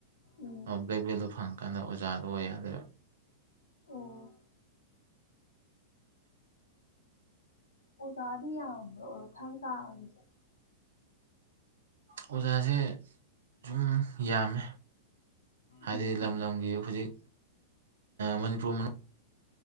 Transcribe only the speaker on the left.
ꯎꯝ
ꯑꯣ ꯑꯣꯖꯥꯗꯤ ꯌꯥ꯭ꯔ ꯊꯪ ꯇꯥꯁꯦ
ꯎꯝ